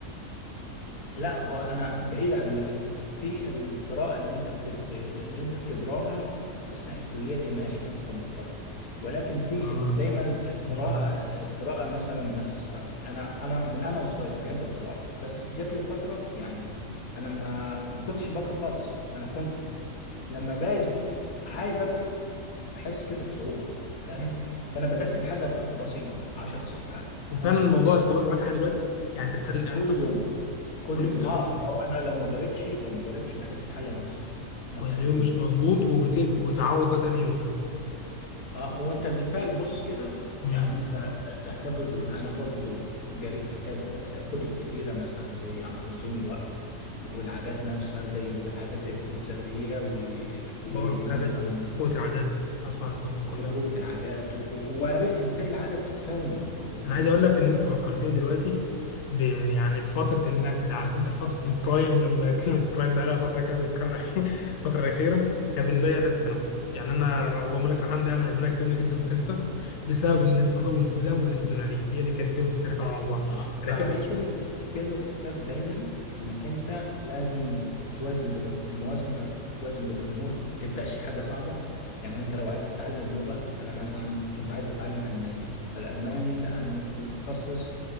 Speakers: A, on the left (about 80°); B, on the left (about 60°).
A: لا هو أنا بعيد عن مجال في القراءة اللي أنت بتج... اللي أنت بتجراها أثناء الكلية دي ماشي أنت مضطر ولكن في
B: اه
A: ال- دايما القراءة
B: تمام
A: القراءة مثلا نفسها أنا أنا من أنا وصغير بحب القراءة بس جات لي فترة يعني انا ما ما كنتش بقرا خالص فانا كنت لما باجي عايز اجرب بحس كده بصعوبة فاهم فانا بدأت بحاجة ب- بسيطة عشر صفحات
B: وفعلا
A: خمسة
B: الموضوع
A: صفحات
B: استمر معاك لحد دلوقتي يعني انت لحد الان
A: وكل
B: أنت
A: يوم كل
B: كل يوم
A: يوم
B: بتقرا
A: اه لو انا لو ما جريتش لو ما جريتش بحس حاجة ناقصة ناقصة
B: واليوم
A: في يومي
B: مش مظبوط وبت... وبتعوض ده تاني يوم
A: اه وانت بالفعل بص كده
B: امم
A: يعني انت تعتبر انا برضو جريت كتاب آه، كتب كتيرة مثلا زي عن تنظيم الوقت والعادات نفسها زي العادات الذرية و- ومثلا
B: باور اوف هابت قوه العادات اسمع عن الكتب دي كلها
A: قوة العادات و- و- وعرفت ازاي العادة بتتكون و-
B: انا عايز اقول
A: و-
B: لك
A: وكمان
B: ان انت فكرتني دلوقتي ب يعني في فتره المجد عارف انت فتره البرايم لما <laughs> كلمه برايم بقى لها فتره كده بتتكرر <laughs> أخي- الفتره الاخيره كان بالنسبه لي ثالث ثانوي يعني انا اللهم لك الحمد يعني ربنا كرمني جدا في ثالثه بسبب الانتظام والالتزام والاستمراريه هي دي كانت كلمه السر فعلا والله
A: اه
B: انا
A: فهو
B: كنت
A: هي كلمة الس- كلمة السر دايما انك انت لازم توازن بين ال- الموازنة توازن بين الامور ما تبدأش حاجة صعبة يعني انت لو عايز تتعلم لغة انا مثلا كنت عايز اتعلم الماني فالالماني لا انا ممكن اخصص